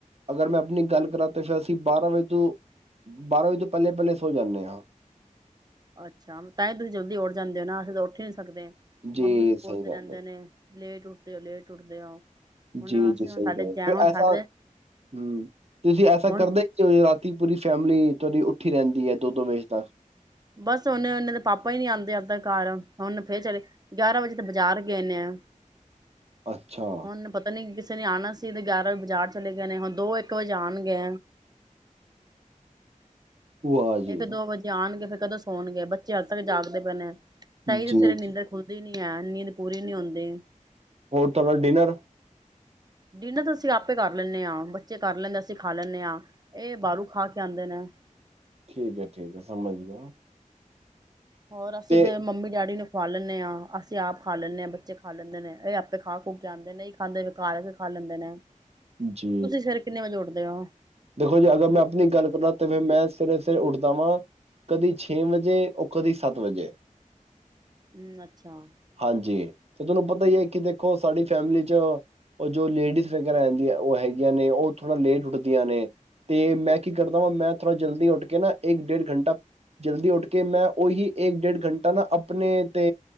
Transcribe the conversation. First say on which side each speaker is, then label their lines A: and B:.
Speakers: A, on the right; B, on the right.
A: ਅਗਰ ਮੈਂ ਆਪਣੀ ਗੱਲ ਕਰਾ ਤੇ ਫਿਰ ਅਸੀਂ ਬਾਰਾਂ ਵਜੇ ਤੋਂ ਬਾਰਾਂ ਵਜੇ ਤੋਂ ਪਹਿਲੇ ਪਹਿਲੇ ਸੋ ਜਾਂਦੇ ਹਾਂ
B: ਅੱਛਾ ਤਾਂ ਹੀ ਤੁਸੀਂ ਜਲਦੀ ਉਠ ਜਾਂਦੇ ਹੋ ਨਾ ਅਸੀਂ ਤਾਂ ਉੱਠ ਹੀ ਸਕਦੇ
A: ਜੀ
B: ਮੰਮੀ ਵੀ ਬੋਲਦੇ
A: ਸਹੀ ਗੱਲ
B: ਰਹਿੰਦੇ
A: ਹੈ
B: ਨੇ ਲੇਟ ਉੱਠਦੇ ਹੋ ਲੇਟ ਉੱਠਦੇ ਹੋ ਹੁਣ
A: ਜੀ
B: ਅਸੀਂ
A: ਜੀ ਸਹੀ
B: ਹੁਣ ਸਾਡੇ
A: ਕਿਹਾ
B: ਜੈ
A: ਫਿਰ
B: ਹੁਣ
A: ਐਸਾ
B: ਸਾਡੇ
A: ਹੂ ਤੁਸੀਂ ਐਸਾ
B: ਹੁਣ
A: ਕਰਦੇ ਕਿ ਹੋ ਆਪਕੀ ਪੂਰੀ ਫੈਮਲੀ ਫੈਮਲੀ ਤੁਹਾਡੀ ਉੱਠੀ ਰਹਿੰਦੀ ਹੈ ਦੋ ਦੋ ਵਜੇ ਤੱਕ
B: ਬਸ ਉਹਨਾਂ ਦੇ ਪਾਪਾ ਹੀ ਨੀ ਆਉਂਦੇ ਇੱਦਾਂ ਘਰ ਹੁਣ ਫੇਰ ਚਲੇ ਗਿਆਰਾਂ ਵਜੇ ਤੇ ਬਾਜ਼ਾਰ ਗਏ ਨੇ ਐ
A: ਅੱਛਾ
B: ਹੁਣ ਪਤਾ ਨਹੀਂ ਕਿਸੇ ਕਿਸੇ ਨੇ ਆਉਣਾ ਸੀ ਤੇ ਗਿਆਰਾਂ ਵਜੇ ਬਾਜ਼ਾਰ ਚਲੇ ਗਏ ਨੇ ਹੁਣ ਦੋ ਇੱਕ ਵਜੇ ਆਣਗੇ
A: ਵਾਹ ਜੀ
B: ਇੱਕ ਦੋ ਵਜੇ ਆਣਗੇ ਫਿਰ ਕਦੋਂ ਸੋਣਗੇ ਬੱਚੇ ਹਲੇ ਤੱਕ ਜਾਗਦੇ ਪਾਏਂ ਨੇ ਤਾਈ
A: ਜੀ
B: ਤੇ ਸਵੇਰੇ ਨਿੰਂਦਰ
A: ਜੀ
B: ਖੁੱਲਦੀ ਨਹੀ ਐਨ ਨੀਂਦ ਪੂਰੀ ਨਹੀਂ ਹੋਂਦੀ
A: ਹੋਰ ਤੁਹਾਡਾ ਡਿਨਰ
B: ਡਿਨਰ ਤਾਂ ਅਸੀਂ ਆਪੇ ਕਰ ਲੈਂਦੇ ਹਾਂ ਬੱਚੇ ਕਰ ਲੈਂਦੇ ਅਸੀਂ ਖਾ ਲੈਂਦੇ ਹਾਂ ਇਹ ਬਾਹਰੋਂ ਖਾ ਕੇ ਆਉਂਦੇ ਨੇ
A: ਠੀਕ ਹੈ ਠੀਕ ਹੈ ਸਮਝ ਗਿਆ
B: ਹੋਰ ਅਸੀਂ
A: ਤੇ
B: ਫੇਰ ਮੰਮੀ ਡੈਡੀ ਨੂੰ ਖਵਾਂ ਲੇਂਨੇ ਹਾਂ ਅਸੀਂ ਆਪ ਖਾ ਲੈਂਦੇ ਆਂ ਬੱਚੇ ਖਾ ਲੈਂਦੇ ਨੇ ਇਹ ਆਪੇ ਖਾ ਖੂ ਕੇ ਆਉਂਦੇ ਨੇ ਨਹੀਂ ਖਾਂਦੇ ਘਰ ਆ ਕੇ ਖਾ ਲੈਂਦੇ ਨੇ
A: ਜੀ
B: ਤੁਸੀਂ ਸਵੇਰੇ ਕਿੰਨੇ ਵਜੇ ਉੱਠਦੇ ਹੋ ਦੇ ਹੋ
A: ਦੇਖੋ ਜੀ ਅਗਰ ਮੈਂ ਆਪਣੀ ਗੱਲ ਕਰਾਂ ਤੇ ਮੈਂ ਫਿਰ ਸਵੇਰੇ ਸਵੇਰੇ ਉੱਠਦਾ ਵਾਂ ਕਦੀ ਛੇ ਵਜੇ ਔਰ ਕਦੀ ਸੱਤ ਵਜੇ
B: ਹਮ ਅੱਛਾ।
A: ਹਾਂਜੀ ਤੁਹਾਨੂੰ ਪਤਾ ਹੀ ਹੈ ਕਿ ਦੇਖੋ ਸਾਡੀ ਫੈਮਿਲੀ ਚ ਉਹ ਜੋ ਲੇਡੀਜ਼ ਵਗੈਰਾ ਰਹਿੰਦੀਆਂ ਉਹ ਹੈਗੀਆਂ ਨੇ ਉਹ ਥੋੜ੍ਹਾ ਲੇਟ ਉੱਠਦੀਆਂ ਨੇ। ਤੇ ਮੈਂ ਕੀ ਕਰਦਾ ਵਾਂ ਮੈਂ ਥੋੜ੍ਹਾ ਜਲਦੀ ਉੱਠ ਕੇ ਨਾ ਇੱਕ ਡੇਢ ਘੰਟਾ ਜਲਦੀ ਉੱਠ ਕੇ ਮੈਂ ਉਹੀ ਇੱਕ ਡੇਢ ਘੰਟਾ ਨਾ ਆਪਣੇ ਤੇ